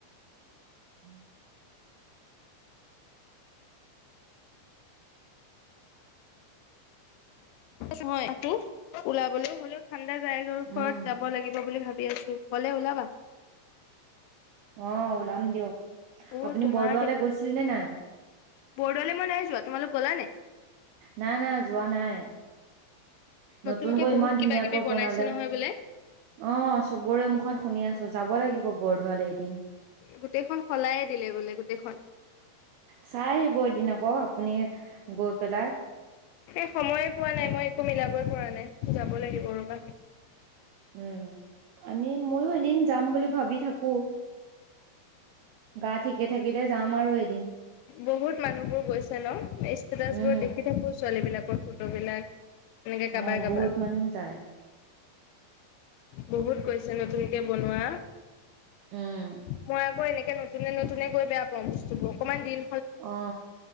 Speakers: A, on the right; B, on the left.
A: উম
B: নহয় সটো ওলাবলে হ'লেও ঠাণ্ডা ৰাইজৰ ওচৰত
A: উম
B: যাব লাগিব বুলি ভাব ভাবি আছো গ'লে ওলাবা
A: অ ওলাম দিয়ক
B: অ
A: আপুনি
B: তোমাৰ
A: বৰদোৱালৈ গৈছিল নে নাই
B: প মই নাই যোৱা তোমালোক গল নে
A: নাই না যোৱা নাই
B: নতুনকে
A: নতুনকৈ
B: বহুত
A: ইমান ধুনীয়াাকৈ
B: কিবা কিবি
A: বনালে
B: বনাইছে নহয় বোলে
A: অ চবৰে মুখত শুনি আছো যাব লাগিব বৰ্ডোৱালে এদিন
B: গোটেইখন সলায়ে দিলে বোলে গোটেইখন
A: চাই আহিব এদিন আকৌ আপুনি গৈ পেলাই
B: এই সময়ে পোৱা নাই মই একো মিলাবই পৰা নাই যাব লাগিব ৰ'বা
A: উম আমি ময়ো এদিন যাম বুলি ভাবি থাকো গাত ঠিকে থাকিলে যাম আৰু এদিন
B: বহুত মানুহ বোৰ গৈছে ন ষ্টেটাচ
A: উম,
B: বোৰ দেখি থাকো ছোৱালী বিলাক ফটো বিলাক এনেকে কাবাৰ
A: অ
B: কাবাৰ
A: বহুত মানুহ যায়
B: বহুত গৈছে নতুনকে বনোৱা
A: উম,
B: মই আকৌ এনেকে নতুনে নতুনে গৈ বেয়া পা বস্তুোৰ অকণমান দিিল
A: অ